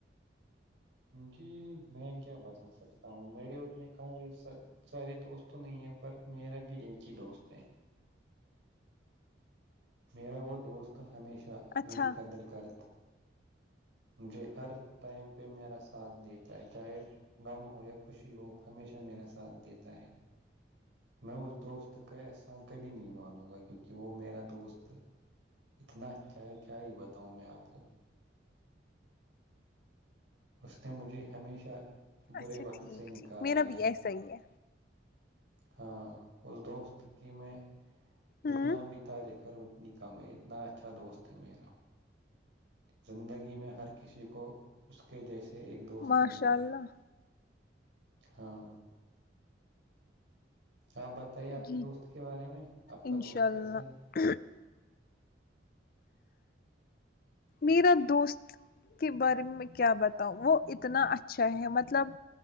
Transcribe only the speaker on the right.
جی میں کیا بتا سکتا ہوں میرے ات میں ک سارے دوست تو نہیں ہے پر میرا بھی ایک ہی دوست ہے میرا وہ دوست ہمیشہ کیا
میری قدر کر مجھے ہر ٹائم پہ میرا ساتھ دیتا ہے چاہے غم ہو یا خوشی ہو ہمیشہ میرا ساتھ دیتا ہے میں اس دوست کا احسا کبھی نہیں مانوں گا کیونکہ وہ میرا دوست تو اتنا اچھا ہے کیا یہ بتاؤں میں آپ کو اس نے مجھے ہمیشہ برے
وقت
سے نکالا
ہے
ہاں اس دوست کی میں جتنا
بھی تاریخ کام ہے اتنا اچھا دوست ہے میرا زندگی میں ہر کسی کو اس کے جیسے ایک دوست
مل جائے
ہاں آپ بتائیے اپنے
دوست کے بارے میں آپ
کا دوست
کیسا ہے